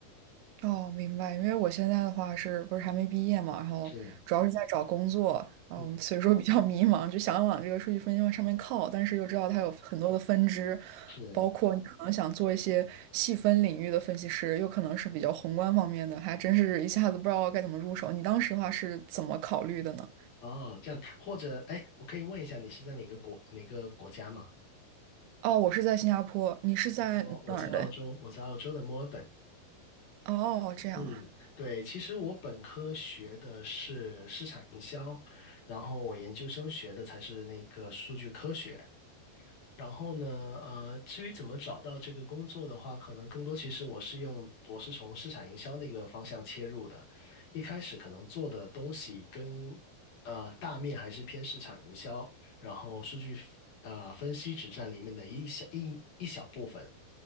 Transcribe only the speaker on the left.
是，
嗯，
是，
哦，这样，或者，哎，我可以问一下，你是在哪个国哪个国家吗？
我我在澳洲，我在澳洲的墨尔本。
嗯，对，其实我本科学的是市场营销，然后我研究生学的才是那个数据科学。然后呢，呃，至于怎么找到这个工作的话，可能更多其实我是用我是从市场营销那个方向切入的，一开始可能做的东西跟呃大面还是偏市场营销，然后数据呃分析只占里面的一小一一小部分。